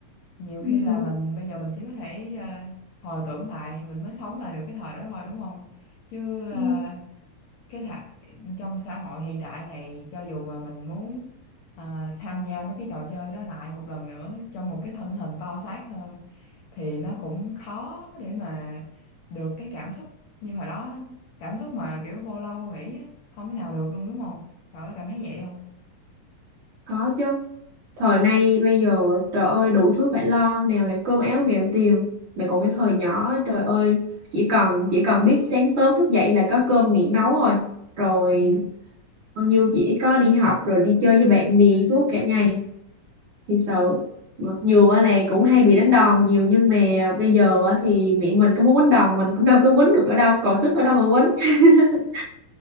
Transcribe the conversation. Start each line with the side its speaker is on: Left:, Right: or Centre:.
Left: nhiều
Right: Ừ,
Left: khi là mình bây giờ mình chỉ có thể ờ, hồi tưởng lại mình mới sống lại được cái thời đó thôi đúng không chứ
Right: ừ,
Left: ờ, cái thà, trong xã hội hiện đại này cho dù mà mình muốn ờ, tham gia mấy cái trò chơi đó lại một lần nữa trong một cái thân hình to xác hơn thì nó cũng khó để mà được cái cảm xúc như hồi đó lắm cảm xúc mà kiểu vô lo vô nghĩ á, không thể nào được luôn đúng không cậu có cảm thấy vậy không
Right: có chứ thời nay bây giờ trời ơi đủ thứ phải lo nào là cơm áo gạo tiền mà còn cái thời nhỏ trời ơi chỉ cần chỉ cần biết sáng sớm thức dậy là có cơm nghỉ nấu rồi rồi
Left: ừ
Right: bao nhiêu chỉ có đi học rồi đi chơi với bạn bè suốt cả ngày thì sợ mặc dù á là cũng hay bị đánh đòn nhiều nhưng mà bây giờ á thì mẹ mình có muốn quýnh đòn mình cũng đâu có quýnh được nữa đâu còn sức ở đâu mà quýnh <laughs>